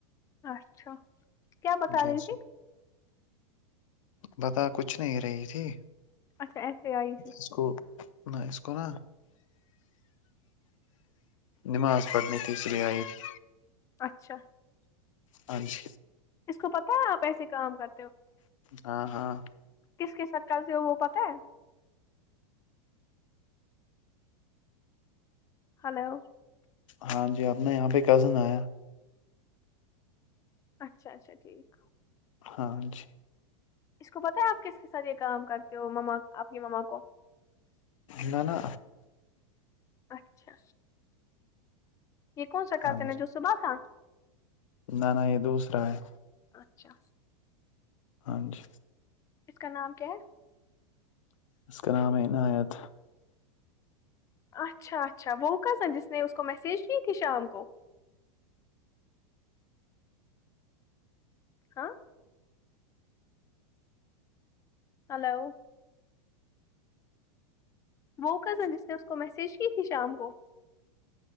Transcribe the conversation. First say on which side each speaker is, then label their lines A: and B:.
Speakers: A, on the left; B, on the left.
A: اچھا کیا بتا
B: جی
A: رہی
B: جی
A: تھی
B: بتا کچھ نہیں رہی تھی
A: اچھا ایسے آئی تھی
B: اس کو نہ اس کو نا نماز پڑنی تھی اس لیے آںی تھی
A: اچھا
B: ہاں جی
A: اس کو پتہ ہے آپ ایسے کام کرتے ہو
B: ہاں ہاں
A: کس کے شک کرتے ہو وہ پتا ہے ہلو
B: ہاں جی آپنے یہاں پہ کزن آیاہے
A: اچھا اچھا ٹھیک
B: ہاں جی
A: اس کو پتہ ہے آپ کس کے ساتھ یہ کام کرتے ہو مما اآپکی ماما کو
B: نہ نہ
A: اچھا یہ کون سا کرتے
B: ہاں
A: نا
B: جی
A: جو صبح کا
B: نہ نہ یہ دوسرا ہے
A: اچھا
B: ہاں جی
A: اس کا نام کیا ہے
B: اس کا میں عنایات
A: اچھا اچھا وہ کزن جس نے اس کو میسج کی تھی شام کو ہاں ہلو وہ کزن جس نے اس کو میسج کی تھی شام کو